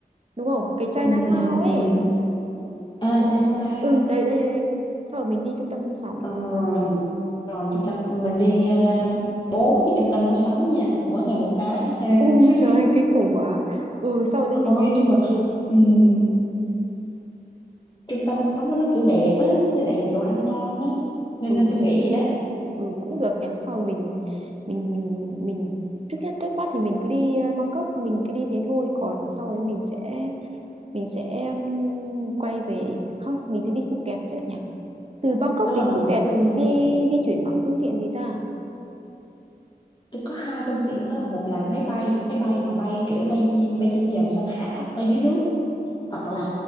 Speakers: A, on the right; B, on the left.
A: đúng không cái Chinatown
B: ừ, ừ,
A: ấy
B: ừ.
A: Xong
B: à
A: rồi
B: Chinatown
A: ừ đây đây đây đây. sau rồi mình đi trung tâm mua sắm
B: ờ, rồi rồi chúng ta mình đi à, bốn cái trung tâm mua sắm nha mỗi ngày một cái
A: <laughs>
B: ha
A: ừ,
B: <laughs>
A: trời ơi, kinh khủng quá ừ sau rồi đấy mình
B: ôi nhưng mà
A: ừ
B: ừm, trung tâm mua sắm của nó kiểu đẹp á với lại đồ ăn ngon á nên
A: ừ
B: nên tôi nghĩ vậy đó
A: ừ cũng được nhỉ sau rồi mình mình mình mình trước nhất trước mắt thì mình cứ đi ờ, Bangkok mình cứ đi thế thôi còn sau đấy mình sẽ mình sẽ ừm, quay về không mình sẽ đi Phuket chứ nhỉ từ Bangkok
B: đúng
A: đến
B: rồi
A: Phuket
B: mình sẽ đi Phuket
A: đi di chuyển bằng phương tiện gì ta
B: tôi có hai phương tiện á, một là máy bay máy bay mà bay kiểu bay bay trên trời xong hạ thấp ở dưới nước hoặc là